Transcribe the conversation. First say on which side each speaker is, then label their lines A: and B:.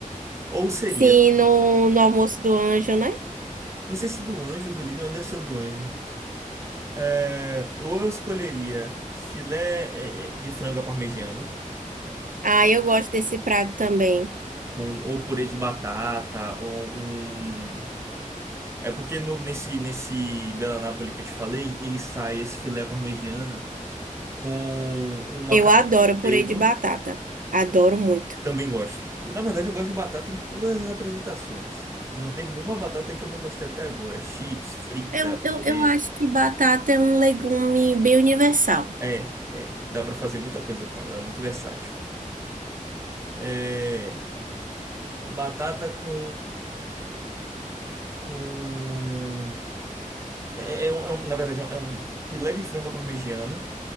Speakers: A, on the right; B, on the right.
A: Ou seria,
B: Sim, no, no almoço do anjo, né?
A: não sei se do anjo, ou do líder, mas deve ser o do anjo. É, ou eu escolheria filé é, é, de frango à parmegiana,
B: Ah, eu gosto desse prato também.
A: com, ou purê de batata, ou um. É porque no- nesse, nesse Bela Napoli que eu te falei, ele sai esse filé à parmegiana com um macarrão
B: Eu adoro purê
A: preto.
B: de batata. Adoro muito.
A: Também gosto. na verdade, eu gosto de batata em todas as apresentações. Não teve uma batata que eu não gostei até agora. Chips, frita,
B: Eu, eu,
A: purê.
B: eu acho que batata é um legume bem universal.
A: É, é, dá pra fazer muita coisa com ela, é muito versátil. É, batata com com. É, é um- é um- na verdade, é um, é um filé de frango parmegiana